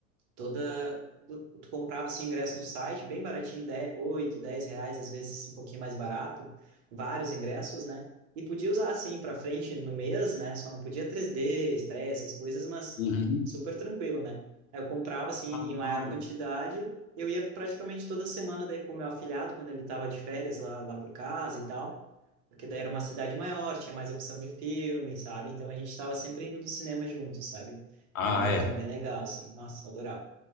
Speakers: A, on the right; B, on the left.
A: toda. Tu, tu comprava seu ingresso no site, bem baratinho, 10 8 10 reais, às vezes assim, um pouquinho mais barato, vários ingressos, né? E podia usar assim para frente no mês, né? Só não podia 3D, estresse, essas coisas, mas
B: Uhum.
A: super tranquilo, né? Aí eu comprava assim em
B: Ah,
A: maior quantidade, eu ia praticamente toda semana daí com o meu afilhado, quando ele tava de férias lá, lá por casa e tal, porque daí era uma cidade maior, tinha mais opção de filme, sabe? Então a gente estava sempre indo no cinema juntos, sabe?
B: ah,
A: Era,
B: é.
A: era bem legal, assim. Nossa, eu adorava.